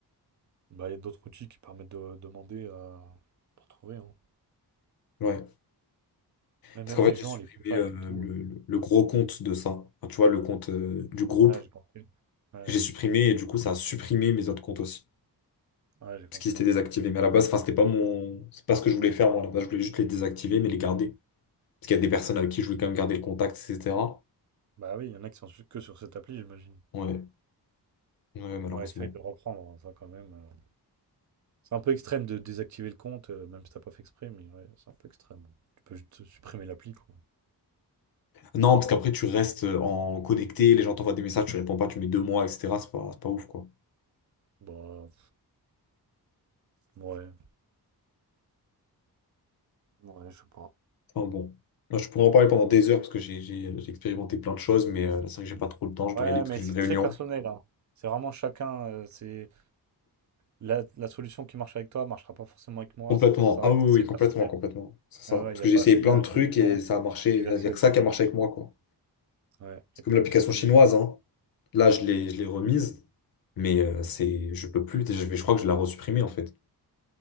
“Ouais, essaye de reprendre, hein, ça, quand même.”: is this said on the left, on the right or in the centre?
Right